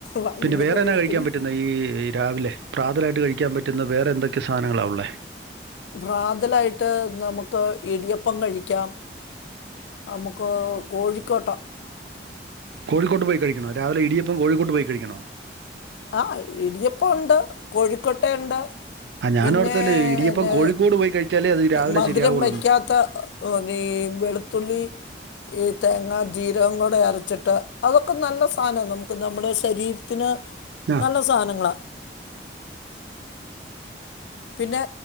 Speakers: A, on the left; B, on the right.
A: വായിന്ന്
B: പിന്നെ വേറെ
A: കോഴിക്കുഞ്ഞ്
B: എന്നാ കഴിക്കാൻ പറ്റുന്നേ ഈ രാവിലെ പ്രാതലായിട്ട് കഴിക്കാൻ പറ്റുന്ന വേറെ എന്തൊക്കെ സാധനങ്ങളാ ഒള്ളേ
A: പ്രാതലായിട്ട് നമുക്ക് ഇടിയപ്പം കഴിക്കാം നമുക്ക് കോഴിക്കോട്ടോ
B: കോഴിക്കോട്ട് പോയി കഴിക്കണോ രാവിലെ ഇടിയപ്പ് ഇപ്പം കോഴിക്കോട്ട് പോയി കഴിക്കണോ
A: ആഹ് ഇടിയപ്പം ഒണ്ട് കോഴിക്കോട്ട ഉണ്ട്
B: ആ ഞാനോർത്തല്ലേ
A: പിന്നെ
B: ഇടിയപ്പം
A: എന്നാ
B: കോഴിക്കോട് പോയി കഴിച്ചാലേ അത് രാവിലെ
A: മധുരം
B: ശരിയാവുള്ളൂ
A: വെക്കാത്ത ഈ വെളുത്തുള്ളി ഈ തേങ്ങാ ജീരവും കൂടെ അരച്ചിട്ട് അതൊക്കെ നല്ല സാന നമുക്ക് നമ്മുടെ ശരീരത്തിന്
B: ആ
A: നല്ല സാധനങ്ങളാ പിന്നെ